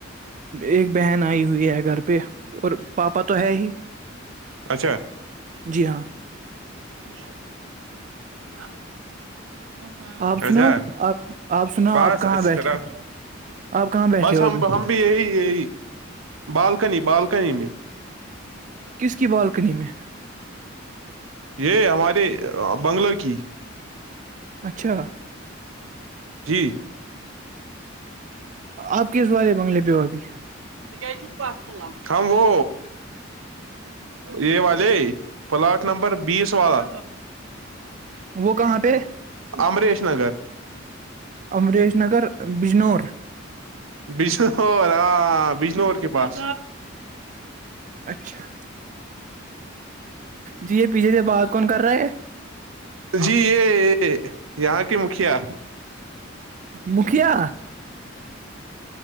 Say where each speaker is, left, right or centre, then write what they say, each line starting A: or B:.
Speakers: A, on the right (about 40°); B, on the right (about 90°).
A: ایک بہن آئی ہوئی ہے گھر پہ اور پاپا تو ہے ہی
B: اچھا
A: جی ہاں
B: <unintelligible> <unintelligible>
A: آپ
B: اچھا
A: سناؤ آپ آپ سناؤ
B: بس
A: آپ کہاں
B: اچھی
A: بیٹھے
B: طرح
A: ہو آپ کہاں بیٹھے
B: بس
A: ہو
B: ہم
A: ابھی
B: ہم بھی یہی یہی بالکنی بالک کنی میں
A: کس کی بالکنی میں
B: یہ ہمارے بنگلو کی
A: اچھا
B: جی
A: آپ کی سوالے بنگلے پہ ہو ابھی
B: ٹ کیاز چک پسل لمت ہم وہ یہ والے پلاٹ نمبر بیس والا
A: وہ کہاں پہ
B: امریش نگر
A: امریش نگر بجنور
B: بجنور ہاں بجنور کے پاس
A: اچھا جی یہ پیچھے دیر بات کون کر رہے ہے
B: جی یہ یہاں کی مکھیا
A: مکھیا